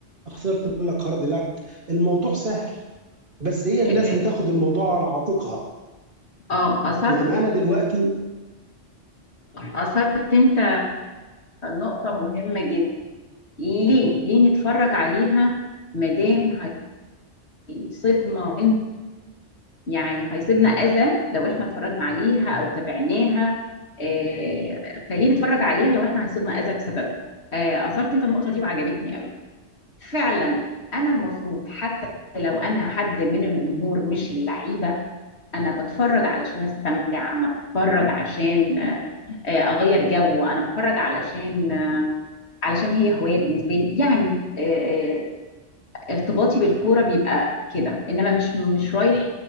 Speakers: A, on the right; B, on the left.
A: خسرت نقول لك هارد لك الموضوع سهل بس هي الناس
B: إيه،
A: بتاخد الموضوع على عاتقها
B: اه اثرت
A: يعني انا دلوقتي
B: اثرت انت نقطه مهمه جدا ليه ليه نتفرج عليها مادام هيصيبنا يعني هيصيبنا أذى لو إحنا اتفرجنا عليها أو تابعناها آه، فليه نتفرج عليها لو إحنا هيصيبنا أذى بسببها آه، أثرت أنت النقطة دي وعجبتني قوي فعلا أنا المفروض حتى لو أنا حد من الجمهور مش اللعيبة أنا بتفرج علشان أستمتع أنا بتفرج عشان آه، أغير جو أنا بتفرج علشان آه، علشان هي هواية بالنسبة لي يعني آه، آه، ارتباطي بالكورة بيبقى كده انما مش مش رايح